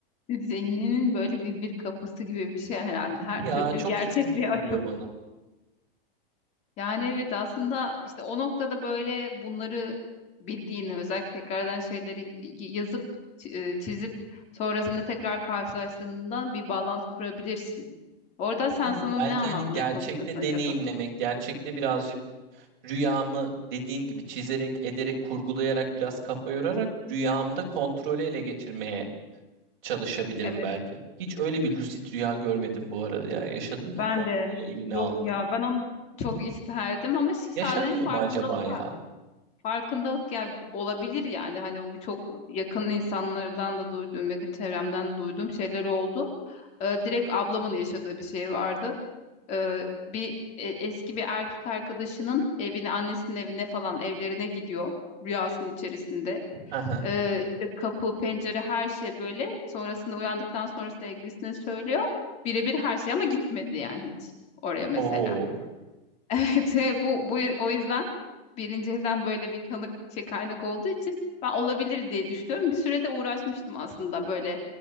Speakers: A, on the left; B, on the right.
A: Zihninin böyle bir bir kapısı gibi bir şey herhalde.
B: Gibi
A: Her türlü
B: ya çok
A: gerçekliğe
B: ilginç geliyor
A: aç
B: bana.
A: Yani evet aslında işte o noktada böyle bunları bildiğini özellikle tekrardan şeyleri y- yazıp ç- e, çizip sonrasında tekrar karşılaştığında bir bağlantı kurabilirsin. Orada sen
B: Evet
A: sana
B: belki
A: ne anlatmaya
B: hani gerçekte
A: çalışıyorsun
B: deneyimlemek,
A: acaba?
B: gerçekte birazcık rüyamı dediğin gibi çizerek, ederek, kurgulayarak biraz kafa yorarak rüyamda kontrolü ele geçirmeye çalışabilirim
A: Evet
B: belki. Hiç öyle bir lucid rüya görmedim bu arada ya. Yaşadın mı?
A: ben
B: Kontrolü
A: de
B: eline
A: yok
B: aldın.
A: ya ben onu çok isterdim ama şi- sadece
B: Yaşanıyor
A: farkındalık
B: mu acaba ya?
A: ha- farkındalık ya olabilir yani hani bu çok yakın insanlardan da duyduğum yakın çevremden duyduğum şeyler oldu. Ee, direkt ablamın yaşadığı bir şey vardı. Ee, bir e, eski bir erkek arkadaşının evine, annesinin evine falan evlerine gidiyor rüyasının içerisinde.
B: Hı hı.
A: Ee, işte kapı, pencere her şey böyle. Sonrasında uyandıktan sonra sevgilisine söylüyor. Birebir her şey ama gitmedi yani hiç oraya mesela.
B: Oo.
A: <laughs> Evet, e, bu, bu o yüzden birinci elden böyle bir tanık şey kaynak olduğu için ben olabilir diye düşünüyorum. Bir sürede uğraşmıştım aslında böyle